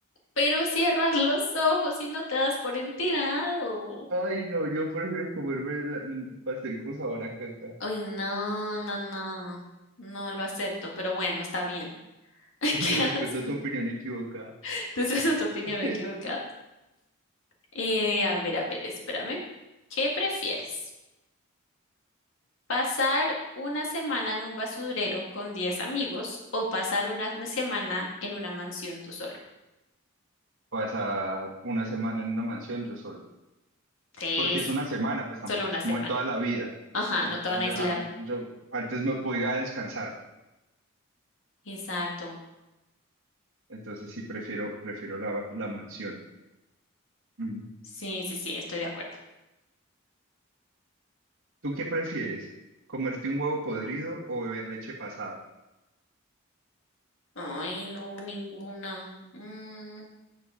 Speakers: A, on the left; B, on the right.
A: Pero cierras los ojos y no te das por enterado.
B: Ay no, yo prefiero comerme la- el pastel con sabor a caca.
A: Ay,
B: <laughs>
A: no, no, no. No lo acepto, pero bueno, está bien. <laughs> Ay,
B: Y
A: Qué
B: Respeto
A: asco.
B: tu opinión equivocada.
A: <laughs> Entonces esa es tu opinión
B: <laughs>
A: equivocada. Eh, a ver, a ver, espérame. ¿Qué prefieres? ¿Pasar una semana en un basurero con 10 amigos o pasar una semana en una mansión tú solo?
B: Pasar una semana en una mansión yo solo.
A: Tres,
B: Porque es una semana, pues tampoco
A: solo una
B: es como
A: semana.
B: de toda la vida.
A: Ajá,
B: O
A: no
B: sea,
A: te
B: pues
A: van a
B: ya,
A: aislar
B: yo antes me voy a descansar.
A: Exacto.
B: Entonces sí prefiero, prefiero la, la mansión. Ujú.
A: Sí, sí, sí, estoy de acuerdo.
B: ¿Tú qué prefieres? ¿Comerte un huevo podrido o beber leche pasada?
A: Ay, no, ninguna. Mm,